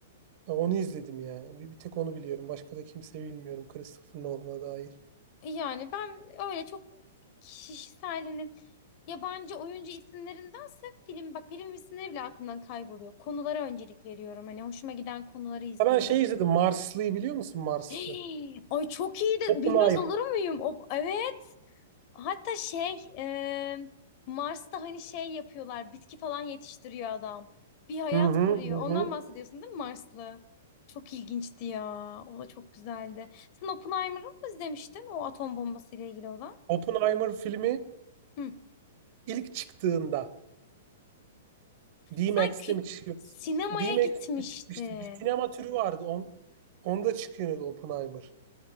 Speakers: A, on the right; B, on the left.
A: Ha, Onu izledim ya. Bir, bir tek onu biliyorum. Başka da kimse bilmiyorum Christopher Nolan'a dair.
B: Yani ben öyle çok kişisel hani yabancı oyuncu isimlerindense film bak film isimleri bile aklımdan kayboluyor. Konulara öncelik veriyorum. Hani hoşuma giden konuları izliyorum.
A: Ya ben şey izledim.
B: <gasps>
A: Marslı'yı biliyor musun Marslı?
B: Hey, Ay çok iyi de
A: Oppenheimer.
B: bilmez olur muyum? O, evet. Hatta şey e, Mars'ta hani şey yapıyorlar. Bitki falan yetiştiriyor adam. Bir hayat
A: Hı hı
B: kuruyor.
A: hı.
B: Ondan
A: hı.
B: bahsediyorsun değil mi Marslı? Çok ilginçti ya. O da çok güzeldi. Sen Oppenheimer'ı mı izlemiştin? O atom bombası ile ilgili olan.
A: Oppenheimer filmi
B: Hı.
A: ilk çıktığında D-Max'te
B: Sen kü-
A: mi çıkıyordu?
B: sinemaya
A: D-Max'te
B: gitmiştin.
A: mi çıkmıştı? Bir sinema türü vardı. On, onda çıkıyordu Oppenheimer.